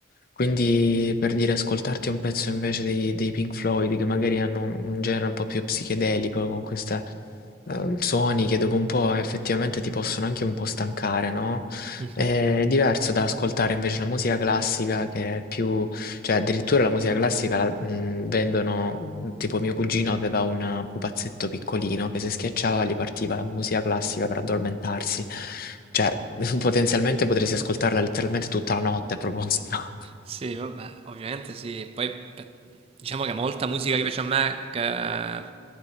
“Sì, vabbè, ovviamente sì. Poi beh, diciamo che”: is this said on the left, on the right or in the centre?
Right